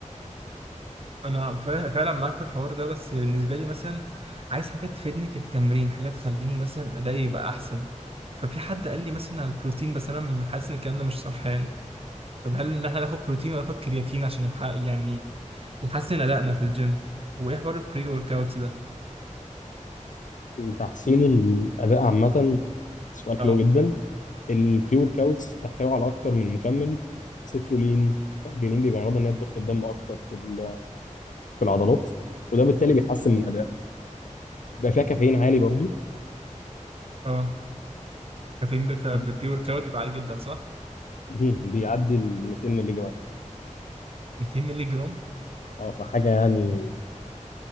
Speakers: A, on the right; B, on the left.
A: انا فعلا فعلا معاك في الحوار ده بس بالنسبة لي مثلا عايز حاجة تفيدني في التمرين حاجة تخليني مثلا ادائي يبقى احسن ففي حد قال لي مثلا على البروتين بس انا م- حاسس ان الكلام ده مش صح يعني طب هل ان احنا ناخد بروتين ولا ناخد كرياتين عشان يح- يعني يحسن ادائنا في الجيم وايه حوار البري ورك اوت ده؟
B: تحسين الأداء عامة سؤال حلو
A: اه
B: جدا البري ورك اوتس بتحتوي على أكتر من مكمل سترولين أو جنين بيبقى غرضها إن هي تضخ الدم أكتر في ال- في العضلات وده بالتالي بيحسن من أدائك بيبقى فيها كافيين عالي برضو
A: اه كافيين بف- في
B: وب-
A: البري ورك اوت بيبقى عالي جدا صح؟
B: مهم. بيعدي ال 200 مللي جرام
A: 200 مللي جرام
B: أه فحاجة يعني